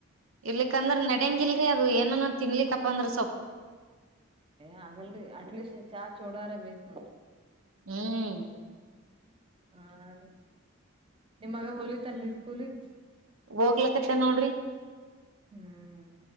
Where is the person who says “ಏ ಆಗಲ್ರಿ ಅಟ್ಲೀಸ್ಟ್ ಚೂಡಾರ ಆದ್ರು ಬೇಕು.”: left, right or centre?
Right